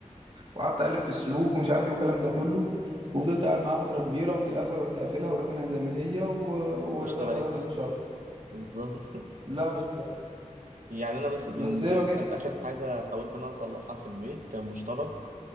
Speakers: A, on the right; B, on the right.
A: وقعدت ألف في السلوك ومش عارف إيه والكلام ده كله وفضلت قاعد معاها فترة كبيرة وفي الآخر رحت قافلها وراكنها زي ما هي و... ويا
B: ما اشتغلتش
A: دار ما دخلت شر
B: بالظبط
A: لا مش
B: يعني انا مثلا
A: بس
B: بالنسبه
A: هي
B: لي
A: ما كانت
B: مثلا اخر حاجه حاولت ان انا اصلحها في البيت كان مشترك